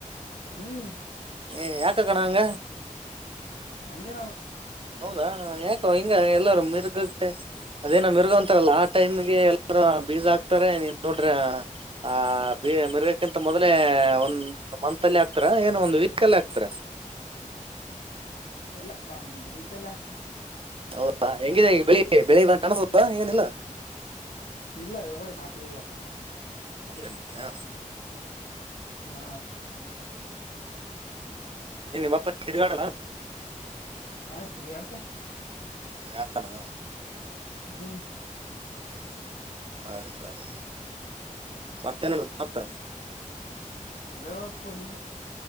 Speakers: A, on the left; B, on the right.
A: ಹ್ಮ್
B: ಏ ಯಾಕ ಗಣ ಹಂಗ
A: ಹಂಗೆ ನಾವು
B: ಹೌದಾ ಯಾಕೋ ಹಿಂಗ ಎಲ್ಲಾರೂ ಮಿರ್ಗಟೆ ಅದೇನ ಮಿರುಗೊಂತಾರಲ್ಲ ಆ ಟೈಮ್ಗೆ ಎಲ್ಲರ ಬೀಜ ಹಾಕ್ತಾರ ನೀನ್ ನೋಡ್ರಿ ಆ ಬಿ ಮಿರ್ಗಕ್ಕಿಂತ ಮೊದ್ಲೇ ಒಂದ ಒಂದು ಮಂತ್ ಅಲ್ಲಿ ಹಾಕ್ತಿರಾ ಏನೋ ಒಂದು ವೀಕ್ ಅಲ್ಲಿ ಹಾಕ್ತಿರಾ.
A: ಎಲ್ಲ ಒಂದ್ ವೀಕಲ್ಲ ಹಾಕ್ತವಿ
B: ಹೌದಾ ಹೆಂಗಿದೆ ಬೆಳಿ ಬೆಳಿ ಕಾಣಸದಾ ಏನಿಲ್ಲಾ.
A: ಇಲ್ಲ ಇವಾಗ ನಾಟಿ ಆಗ್ಯಾವ ಪಾ
B: ಹಂಗಂತೀಯ
A: ಹಾ
B: ಏನ ನಿಮ್ಮ ಅಪ್ಪ ತಿರ್ಗಾಡಲ್ಲ.
A: ಹಾ ತಿರುಗಾಡ್ತಾನ
B: ತಿರುಗಾಡ್ತಾನ
A: ಹ್ಮ
B: ಹ್ಮ್ ಸರಿತರಿ ಮತ್ತೇನ ಮತ್ತ
A: ಹೇಳಬಕ ಪಾ ನೀವೇ